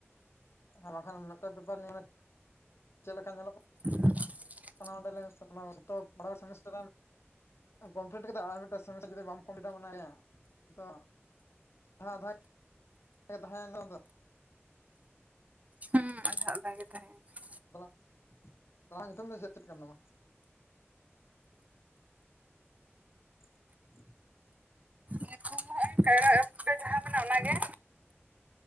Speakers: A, on the left; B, on the right.
A: ᱵᱟᱝᱠᱷᱟᱱ ᱢᱤᱫᱴᱮᱱ ᱯᱮᱯᱟᱨ ᱱᱮ ᱪᱮᱫ ᱞᱮᱠᱟ ᱧᱮᱞᱚᱜ
B: <unintelligible>
A: ᱚᱱᱟ <unintelligible> ᱥᱤᱢᱮᱥᱴᱟᱨ ᱮᱢ ᱠᱚᱢᱯᱞᱤᱴ ᱠᱮᱫᱟᱢ ᱟᱨ ᱢᱤᱫᱴᱟᱝ ᱥᱮᱢᱤᱥᱴᱟᱨ ᱡᱩᱫᱤ ᱵᱟᱢ ᱠᱚᱢᱯᱞᱤᱴᱟ ᱢᱮᱱᱟᱭᱟ ᱛᱚ ᱦ ᱛᱟᱦᱮᱸ <unintelligible>
B: ᱦᱩᱸ ᱟᱫᱷᱟ ᱜᱮ ᱛᱟᱦᱮᱸ <unintelligible>
A: <unintelligible> ᱧᱩᱛᱩᱢ ᱫᱚ ᱪᱮᱫ ᱪᱮᱫ ᱠᱟᱱ ᱛᱟᱢᱟ? <unintelligible>
B: ᱧᱩᱛᱩᱢ <inaudible> ᱡᱟᱦᱟᱸ ᱢᱮᱱᱟᱜᱼᱟ ᱚᱱᱟᱜᱮ᱾